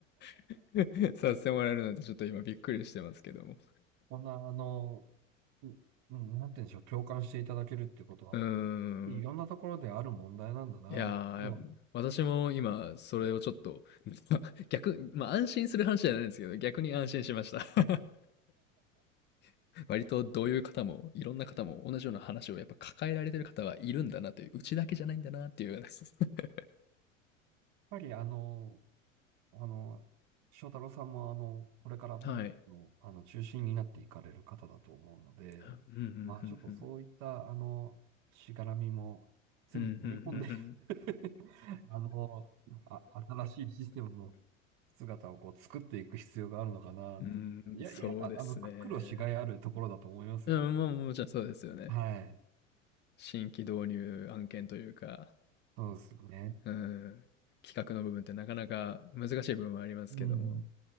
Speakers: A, on the left; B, on the right.
A: <laughs> させてもらえるなんて、ちょっと今びっくりしてますけども。
B: こんな、あの、ううんなんて言うんでしょう、共感していただけるってことは、
A: うー
B: いろんなところである問題なんだな。
A: ん。いやー、
B: もう、
A: 私も今、それをちょっと、<laughs> 逆、まあ安心する話じゃないんですけど、逆に安心しました。
B: やっ
A: <laughs> 割とどういう方も、いろんな方も同じような話をやっぱ抱えられてる方はいるんだなという、うちだけじゃないんだなっていう。<laughs>
B: ぱりあの、あの、翔太郎さんもあの、これから美の、
A: はい。
B: あの中心になっていかれる方だと思うので、
A: うん、ふんうんうんうん。
B: まあちょっとそういったあの、しがらみも全部飲み込んで
A: うん、うんうんん
B: <laughs> あの、あ、新しいシステムの姿をこう作っていく必要があるのかなって。
A: う
B: いや、
A: ん、そうですね。
B: いや、あの、く苦労しがいあるところだと思いますよ。
A: うん、まあ、もちろんそうですよね。
B: はい。
A: 新規導入案件というか、
B: そうですよね。
A: うん、企画の部分ってなかなか難しい部分はありますけども、
B: うん。